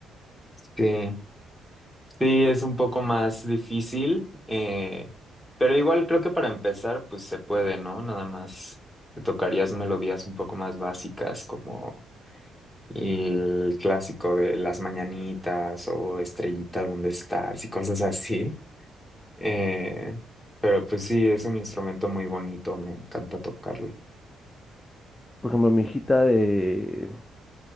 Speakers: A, in the centre; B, on the left.
A: sí, sí, es un poco más difícil, eh, pero igual creo que para empezar, pues se puede, ¿no? Nada más te tocarías melodías un poco más básicas como el clásico de las mañanitas o estrellita, ¿dónde estás? y cosas así. Eh, pero pues sí, es un instrumento muy bonito, me encanta tocarlo.
B: Por ejemplo, mi hijita de,